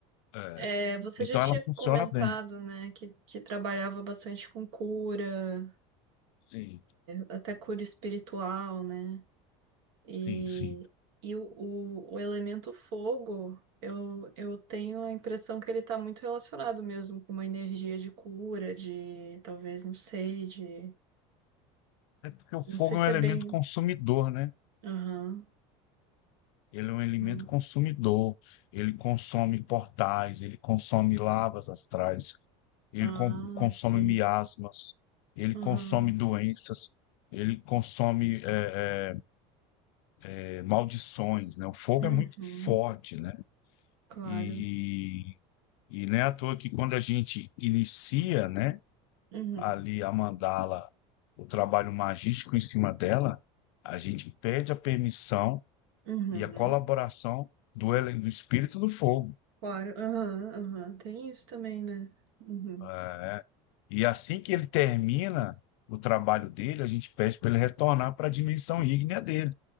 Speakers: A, on the left (about 75°); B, on the right (about 80°).
A: É.
B: É, você
A: Então
B: já tinha
A: ela funciona
B: comentado,
A: bem.
B: né, que, que trabalhava bastante com cura,
A: Sim,
B: até cura espiritual, né? E,
A: sim, sim.
B: e o, o, o elemento fogo, eu, eu tenho a impressão que ele está muito relacionado mesmo com uma energia de cura, de talvez, não sei, de
A: É porque o fogo
B: Não sei se
A: é um elemento
B: é bem.
A: consumidor, né?
B: Aham.
A: Ele é um elemento
B: uhum.
A: consumidor, ele consome portais, ele consome lavas astrais, ele
B: Ah,
A: con- consome
B: sim.
A: miasmas, ele
B: Aham.
A: consome doenças, ele consome é, é, é, maldições, né? O fogo
B: Uhum.
A: é muito forte, né?
B: Claro.
A: E, e não é à toa que quando a gente inicia, né,
B: Uhum.
A: ali a mandala, o trabalho magístico em cima dela, a gente pede a permissão
B: Uhum.
A: e a colaboração do, ele- do espírito do fogo.
B: Claro. Aham. Aham. Tem isso também, né? Uhum.
A: É. E assim que ele termina o trabalho dele, a gente pede para ele retornar para a dimensão ígnea dele.